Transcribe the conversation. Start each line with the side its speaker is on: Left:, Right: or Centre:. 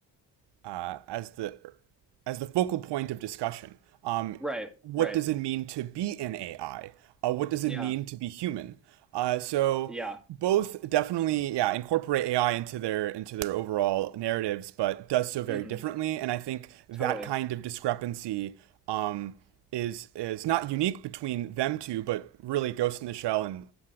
Right: uh, as the as the focal point of discussion. Um,
Centre: right
Right: what
Centre: right
Right: does it mean to be in AI? Uh, what does
Centre: yeah
Right: it mean to be human? Uh, so
Centre: yeah
Right: both definitely yeah incorporate AI into their into their overall narratives, but does so very
Centre: hmm
Right: differently. And I think that
Centre: Totally.
Right: kind of discrepancy um, is is not unique between them two, but really Ghost in the Shell and